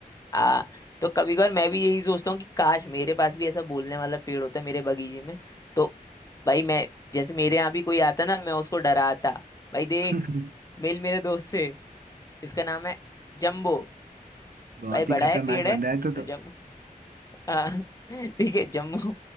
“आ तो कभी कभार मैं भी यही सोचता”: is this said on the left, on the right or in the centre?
Left